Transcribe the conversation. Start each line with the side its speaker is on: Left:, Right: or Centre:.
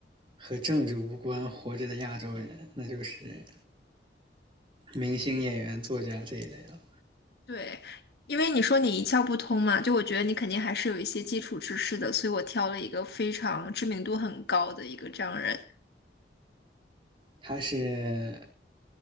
Right: 和政治无关，活着的亚洲人，那就是明星、演员、作家这一类了。
Left: 对，因为你说你一窍不通嘛，就我觉得你肯定还是有一些基础知识的，所以我挑了一个非常知名度很高的一个这样人，
Right: 他是